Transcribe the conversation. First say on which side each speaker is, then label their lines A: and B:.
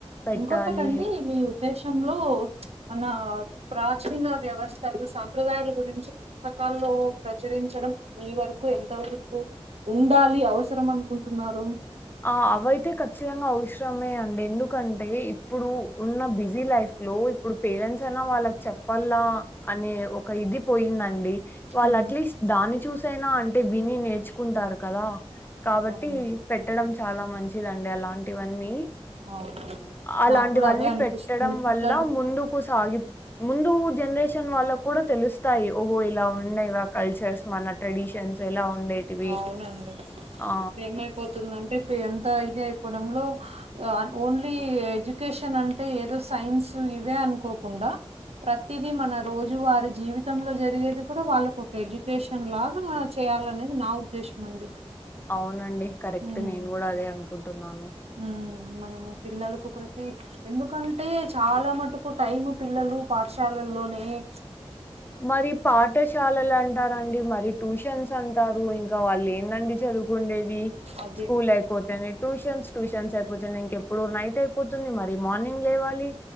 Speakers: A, on the left; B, on the right.
A: పెట్టాలి.
B: ఇంకొకట్. ఆండీ మీ ఉద్దేశంలో. మన ప్రాచీన వ్యవస్థలు సాంప్రదాయాల గురించి పుస్తకాల్లో ప్రచురించి. చడం మీ వరకు ఎంత వరకు ఉండాలి అవసరం అనుకుంటున్నారు.
A: ఆహ్ అవైతే ఖచ్చితంగా అవసరమే అండి ఎందుకంటే ఇప్పుడు ఉన్న బిజీ లైఫ్. లో ఇప్పుడు పేరెంట్స్ అయినా వాళ్ళకి చెప్పల్లా అనే ఒక ఇది పోయిందండి. వాళ్ళు
B: ఉ
A: అట్లీస్ట్ దాన్ని చూసైనా అంటే వీని నేర్చుకుంటారు కదా. కాబట్టి
B: అవును
A: పెట్టడం చాలా మంచిదండి అలాంటివన్నీ.
B: అవునవును
A: అలాంటివన్నీ
B: నాకు కూడా అదే అనిపిస్తుంది
A: పెట్టడం
B: పిల్లలు
A: వల్ల ముందుకు సాగి ముందు. జేనరేషన్ వాళ్ళకు కూడా తెలుస్తాయి ఓహో ఇలా ఉండేవా మన కల్చర్స్ మన ట్రెడిషన్స్ ఎలా. ఉండేటివి
B: అవునండి ఇప్పుడ్
A: ఆ
B: ఏమైపోతుందం. ఇపుడ్ ఎంత ఇది అయిపోవడంలో ఆహ్ ఓన్లీ ఎడ్యుకేషన్ అంటే ఏదో సైన్స్. ఇవే అనుకోకుండా. ప్రతిది మన రోజు వారి జీవితంలో జరిగేది కూడా వాలకొక్క ఎడ్యుకేషన్ లాగా చేయాలనే. నా ఉద్దేశం అండి.
A: అవునండి కరెక్ట్
B: ఉమ్,
A: నేను గూడా అదే అనుకుంటున్నాను.
B: ఉమ్, మనము పిల్లలకు ప్రతి ఎందుకంటే చాలా మట్టుకు టైమ్ పిల్లలు పాఠశాలలో. లోనేయ్.
A: మరి పాఠశాలంటారండి మరి ట్యూషన్స్ అంటారు ఇన్ వాలెందండి చదువుకుండేది
B: అదే
A: స్కూల్ అయిపోతేనే ట్యూషన్స్ ట్యూషన్స్ అయిపోతేనె ఇంకెప్పుడు నైట్ అయిపోతుంది. మరి మార్నింగ్ లేవాలి.